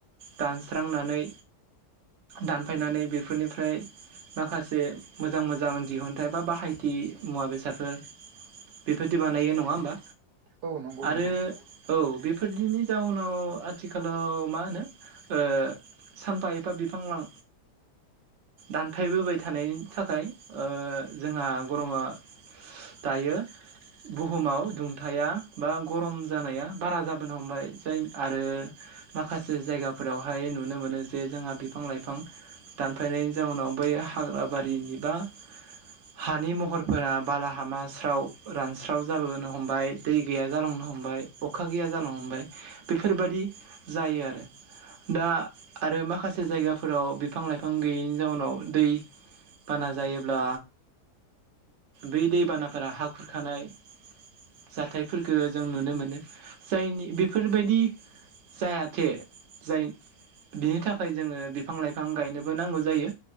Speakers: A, on the right (about 55°); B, on the right (about 75°).
A: दानस्रांनानै दानफायनानै बिफोरनिफ्राय माखासे मोजां मोजां दिहुनथाय बा बाहायथि मुवा बेसादफोर बेबायदि बानायो नङा होमबा
B: औ नंगौ
A: आरो
B: नोंथां
A: औ बेफोरदिनि जाउनाव आथिखालाव मा होनो ओ सानफा एफा बिफां लां दानफायबोबाय थानायनि थाखाय जोंहा गरमा दायो बुहुमाव थाया बा गरम जानाया बारा जाबोनो हमबाय जाय आरो माखासे जायगाफोरावहाय नुनो मोनो जे जोंहा बिफां लाइफां दानफायनायनि जाउनाव बै हाग्राबारिनि बा हानि महरफोरा बालाहामाास्राव रानस्राव जाबोनो हमबाय दै गैया जालांनो हमबाय अखा गैया जालांनो हमबाय बेफोरबायादि जायो आरो। दा आरो माखासे जायगाफोराव बिफां लाइफां गैयैनि जाउनाव दै बाना जायोब्ला बै दैबानाफोरा हा खुरखानाय जाथायफोरफोरखौ जों नुनो मोनो जायनि बेफोरबादि जायाथे जाय बिनि थाखाय जोङो बिफां लाइफां गायनोबो नांगौ जायो।